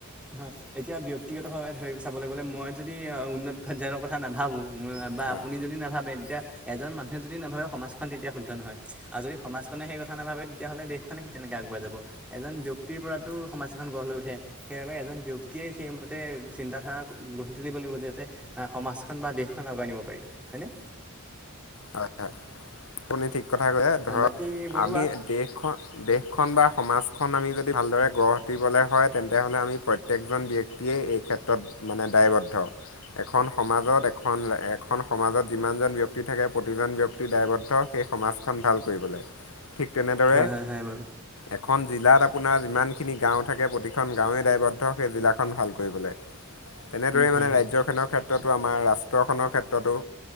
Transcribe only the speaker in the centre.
হয় এতিয়া ব্যক্তিগতভাৱে ধৰি চাবলৈ গ'লে মই যদি উন্নত পৰ্যায়ৰ কথা নাভাবোঁ। বা
আপুনি যদি নাভাবে তেতিয়া এজন মানুহে যদি নাভাবে সমাজখন তেতিয়া শুদ্ধ নহয়। আৰু যদি সমাজখনে সেই কথা নাভাবে। তেতিয়াহলে দেশখন তেনেকে আগোৱাই যাব এজন ব্যয়ক্তিৰ পৰাতো সমাজ এখন গঢ় লৈ উঠে। সেইবাবে এজন ব্যক্তিয়ে সেইমতে চিন্তাধাৰা গঢ়ি তুলিব লাগিব যে যাতে সমাজখন বা দেশখন আগোৱাই নিব পাৰি হয়নে?
অ'
বাকী বৰুৱা
হয় হয় হয় বাৰু
হয়
হয় হয়